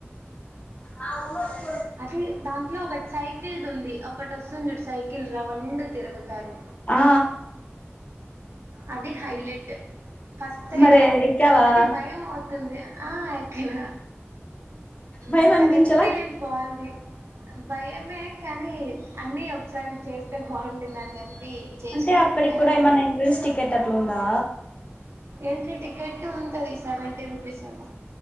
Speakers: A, on the left; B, on the right.
A: అవును
B: అది దాంట్లో ఒకటి సైడ్ ఉంది <unintelligible> ఒకటి వస్తుంది చూడు సైకిల్ రౌండ్ తిరుగుతారు
A: ఆ
B: అది హైలైట్. ఫస్ట్ టైమ్
A: మరే
B: ఎ
A: ఎక్కావా
B: అంటే భయం అవుతుంది ఆ ఎక్కినా.
A: భయం
B: అంటే
A: అనిపించలా
B: అది ఎక్స్పీరియన్స్ బాగుంది. భయమే కానీ అన్నీ ఒకసారి చేస్తే బాగుంటుందని చెప్పి చేసినా
A: అంటే అక్కడికి
B: ఏదో
A: కూడా ఏమన్నా ఎంట్రన్స్ టికెట్ అట్లా ఉందా
B: ఎంట్ర్రి టికెట్ ఉంటది సెవెంటీ రూపీస్ ఏమొ